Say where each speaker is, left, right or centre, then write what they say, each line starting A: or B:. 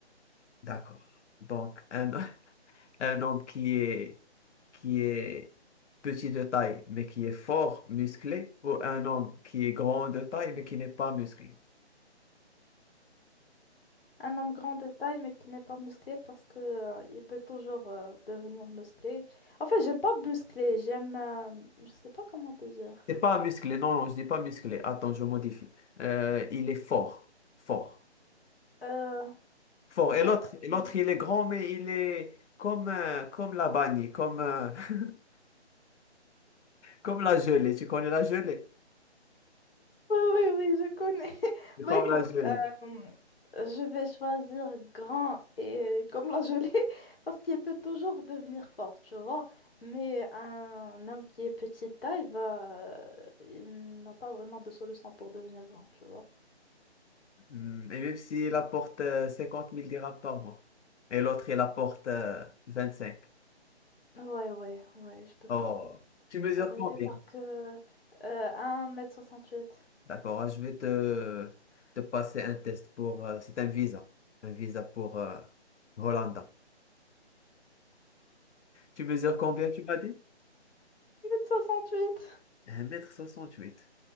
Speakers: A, on the left; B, on the left.
A: D'accord. Donc, un, <laughs> un homme qui est, qui est petit de taille, mais qui est fort, musclé, ou un homme qui est grand de taille, mais qui n'est pas musclé.
B: Un homme grand de taille, mais qui n'est pas musclé parce que euh, il peut toujours euh, devenir musclé. En fait, j'aime pas musclé. J'aime. euh, je sais pas comment te dire.
A: C'est pas musclé, non, non, je dis pas musclé. Attends, je modifie. Euh, il est fort, fort.
B: Euh,
A: fort. Et
B: oh,
A: l'autre,
B: euh,
A: et l'autre, il est grand, mais il est comme, euh, comme la banni, comme, euh, <laughs> comme la gelée. Tu connais la gelée?
B: Oui, oui, oui, je connais. <laughs>
A: C'est
B: Bah
A: Comme
B: écoute,
A: la gelée.
B: euh, je vais choisir grand et comme la gelée <laughs> parce qu'il peut toujours devenir fort, tu vois. Mais un homme qui est petite taille, bah, euh, il n'a pas vraiment de solution pour devenir grand, tu vois.
A: Hmm, Et même s'il apporte euh, 50 000 dirhams par mois. Et l'autre, il apporte euh, cinq
B: Ouais, ouais, ouais, je peux
A: Oh,
B: pas.
A: tu mesures
B: La vérité,
A: combien?
B: parce que euh, 1m68.
A: D'accord, ah, je vais te, te passer un test pour... euh, c'est un visa. Un visa pour euh, Hollande. Tu mesures combien, tu m'as dit?
B: mètre soixante huit
A: 1m68.